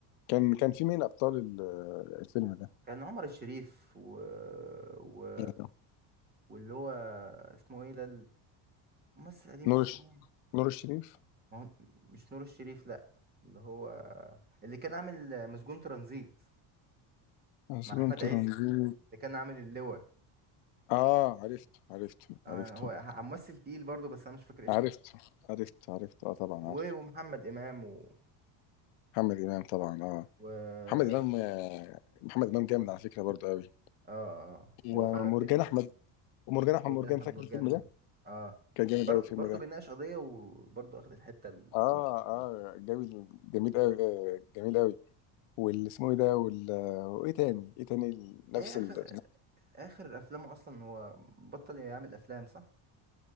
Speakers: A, on the left; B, on the right.
A: كان كان في مين ابطال ال- الفيلم ده
B: كان عمر الشريف و... و...
A: آه،
B: واللي هو اسمه ايه ده الممثل القديم
A: نور
B: ده اسمه
A: الش...
B: ايه
A: نور الشريف
B: ما هو مش نور الشريف لأ اللي هو اللي كان عامل مسجون ترانزيت
A: عاصم
B: مع أحمد
A: ترنزيت
B: عز اللي كان عامل اللواء
A: اه عرفته عرفته
B: آه،
A: عرفته
B: هو ه- ممثل تقيل برضه بس انا مش فاكر اسمه
A: عرفته عرفته عرفته اه طبعا
B: و-
A: عارف
B: ومحمد امام و,
A: محمد امام طبعا اه
B: و... اه
A: محمد امام آه، محمد امام جامد على فكره برضه قوي
B: اه هو
A: ومرجان
B: فعلا بي-
A: احمد ومرجان احمد
B: هو
A: مرجان
B: بين احمد
A: فاكر
B: مرجان
A: الفيلم ده
B: اه
A: كان جامد
B: بر-
A: قوي الفيلم
B: برضه
A: ده
B: بيناقش قضيه وبرضه اخد الحته الكوميديه
A: اه اه
B: دي
A: جميل جميل قوي جميل قوي واللي اسمه ايه ده وال... وايه تاني ايه تاني ال- نفس
B: ايه اخر
A: ال...
B: اخر افلامه اصلا هو بطل يعمل افلام صح